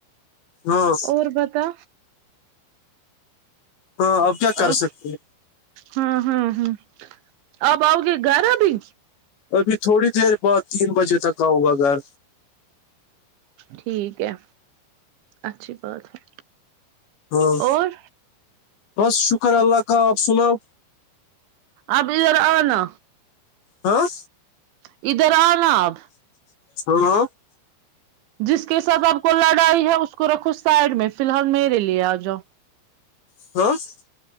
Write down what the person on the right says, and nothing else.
اور بتا
اور
ہاں ہاں ہاں اب آؤ گے گھر ابھی
ٹھیک ہے اچھی بات ہے
اور
آپ ادھر آ نا
ادر آنا آپ
جس کے سب آپ کو لڑائی ہے اس کو رکھو سائڈ میں فلحال میرے لیے آ جاؤ